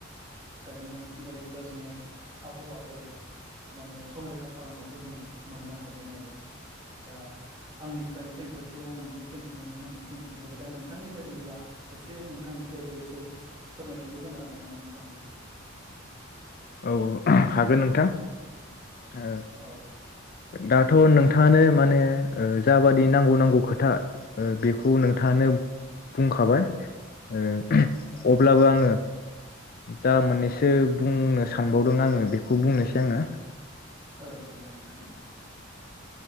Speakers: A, on the right; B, on the left.
A: गायनो नांगोन गायोब्ला जोङो आबहावाखौ माने संरैखा खालामनायखौ जोङो मोननो हायो। हागोन आरो। दा आंनिफ्राय खेंफोर दि आं बेखिनिखौनो नोंथांनिसिम खिन्थाबाय दा नोंथांनि बायदिब्ला एसे नोंथांनि <unintelligible> फोरमाय बिखौ होनो हागोन नामा नोंथांआबो।
B: औ हागोन नोंथां। ओ
A: औ
B: दाथ' नोंथां। नोंथानो माने जाबादि नांगौ नांगौ खोथा ओ बेखौ नोंथाङानो बुंखाबाय ओ
A: औ
B: अब्लाबो आङो जा मोननैसो बुंनो सानबावदों आङो बेखौ बुंनोसै आङो।
A: औ जागोन दे नोंथां।